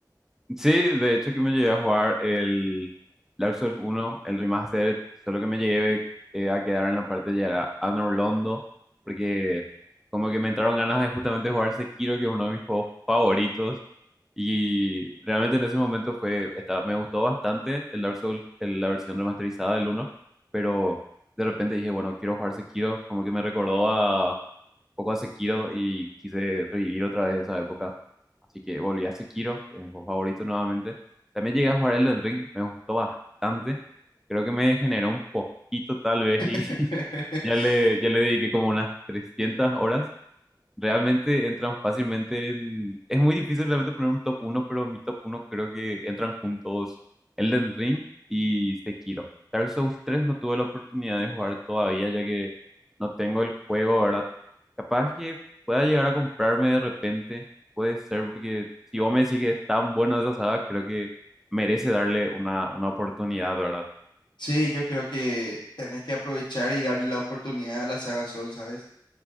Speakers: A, in the centre; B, on the left.
A: Sí, de hecho que me llegué a jugar el Dark Souls uno, el remaster, solo que me llegué eh, a quedar en la parte de llegar a Anor Londo, porque como que me entraron ganas de justamente jugar Sekiro, que es uno de mis juegos favoritos, Y realmente en ese momento fue, estaba- me gustó bastante el Dark Souls, el- la versión remasterizada del uno pero de repente dije, bueno, quiero jugar Sekiro, como que me recordó a, un poco a Sekiro y quise revivir otra vez esa época. Así que volví a Sekiro, que es mi juego favorito nuevamente. También llegué a jugar Elden Ring, me gustó bastante. Creo que me degeneró un poquito tal vez y
B: <laughs>
A: <laughs> ya le, ya le dediqué como unas 300 horas. Realmente entran fácilmente en... Es muy difícil realmente poner un top uno pero mi top uno creo que entran juntos Elden Ring y Sekiro. Dark Souls 3 no tuve la oportunidad de jugar todavía, ya que no tengo el juego, ¿verdad? Capaz que pueda llegar a comprarme de repente, puede ser, porque si vos me decís que es tan bueno esa saga, creo que merece darle una, una oportunidad, ¿verdad?
B: Sí, yo creo que tenés que aprovechar y darle la oportunidad a la saga Soul, ¿sabes?